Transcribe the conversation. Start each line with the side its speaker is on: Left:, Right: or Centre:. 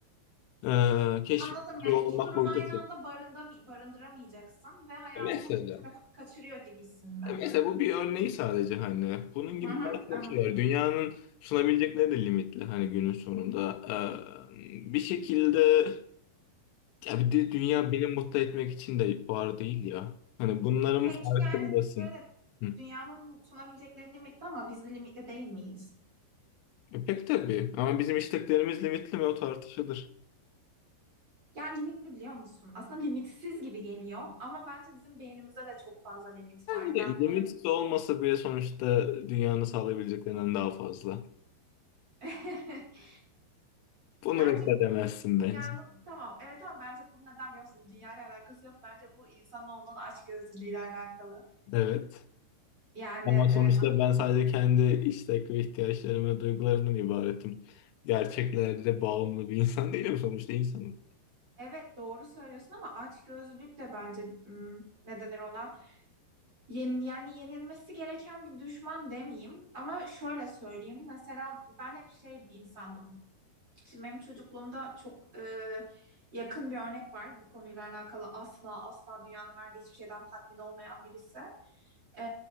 Left: ee, keşfedici
Right: Anladım. Yani
Left: olmak
Right: iki durum
Left: boyutu.
Right: aynı anda barında, barındıramayacaksın ve hayatın
Left: Mesela.
Right: hep bir tarafını kaçırıyor gibisin mi?
Left: Ya Mesela bu bir örneği sadece hani. Bunun gibi
Right: Hı hı,
Left: daha çok
Right: anladım.
Left: şey var. Dünyanın sunabilecekleri de limitli hani günün sonunda. Ee, bir şekilde ya bir de dünya beni mutlu etmek için de var değil ya. Hani bunların
Right: Peki
Left: farkındasın.
Right: yani şöyle
Left: Hı.
Right: dünyanın sunabilecekleri limitli ama biz de limitli değil miyiz?
Left: E pek tabii ama bizim isteklerimiz limitli mi o tartışılır.
Right: Yani limitli biliyor musun? Aslında limitsiz gibi geliyor ama bence bizim beynimizde de çok fazla limit
Left: Yani
Right: var.
Left: de
Right: Ben
Left: limitsiz
Right: öyle
Left: olmasa bile sonuçta dünyanın sağlayabileceklerinden daha fazla.
Right: <laughs>
Left: Bunu
Right: Bence
Left: reddedemezsin
Right: bu dünyanın
Left: bence.
Right: tamam evet ama bence bu neden biliyor musun? Dünyayla alakası yok. Bence bu insanın olan açgözlülüğüyle alakalı.
Left: Evet.
Right: Yani
Left: Ama
Right: e,
Left: sonuçta ben sadece kendi istek ve ihtiyaçlarım ve duygularımdan ibaretim. Gerçeklerde bağımlı bir insan değilim sonuçta insanım.
Right: evet doğru söylüyorsun ama açgözlülük de bence hmm, ne denir ona? Yen, yani yenilmesi gereken bir düşman demeyeyim ama şöyle söyleyeyim. Mesela ben hep şey bir insandım. Şimdi benim çocukluğumda çok e, yakın bir örnek var. Bu konuyla alakalı asla asla dünyanın verdiği hiçbir şeyden tatmin olmayan birisi. E,